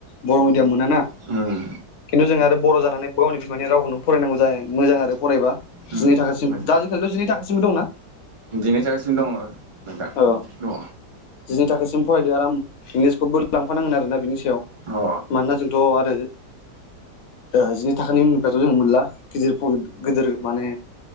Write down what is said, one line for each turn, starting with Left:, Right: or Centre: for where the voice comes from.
Left: बर' मेडियाम मोनाना
Right: उम
Left: खिन्थु जों आरो बर' जानानै गावनि बिमानि रावखौनो फरायनांगौ जाय मोजां आरो फरायबा
Right: उम
Left: जिनै थाखासिम
Right: मोजां
Left: दा आजिखालिथ' जिनै थाखोसिमबो दंना?
Right: जिनै थाखोसिम दङ नोंथां
Left: ओ
Right: दङ
Left: जिनै थाखोसिम फरायदो आराम इंग्लिसखौबो लांफानांगोन आरोना बिनि याव
Right: अ
Left: मानोना जोंथ' आरो ओ जिनै थाखोनि उननिफ्रायथ' जों मोनला गिदिर फ' गिदिर माने